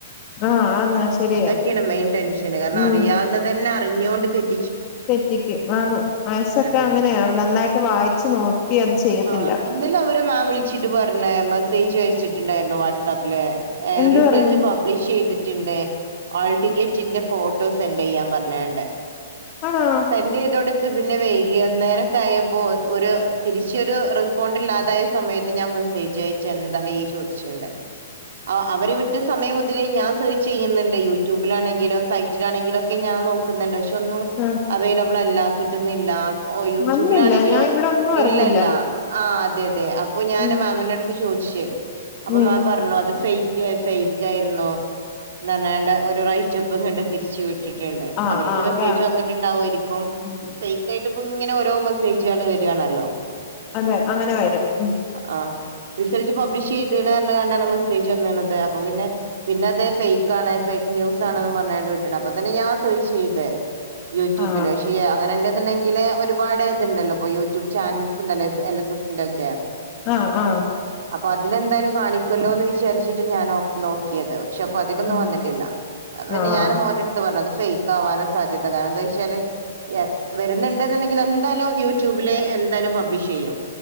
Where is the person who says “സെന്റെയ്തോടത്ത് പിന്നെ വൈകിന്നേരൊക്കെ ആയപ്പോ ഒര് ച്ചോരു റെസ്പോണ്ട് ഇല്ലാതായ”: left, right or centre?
Right